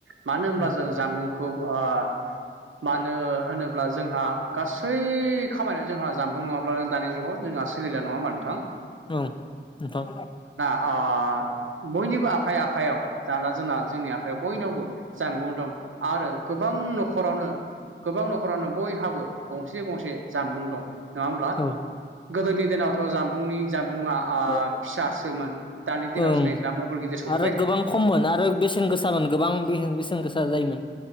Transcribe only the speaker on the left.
उम
औ नोंथां
औ
ं <unintelligible>
ओं
आरो गोबां खममोन आरो बेसेन गोसामोन गोबां बेसेन गोसा जायोमोन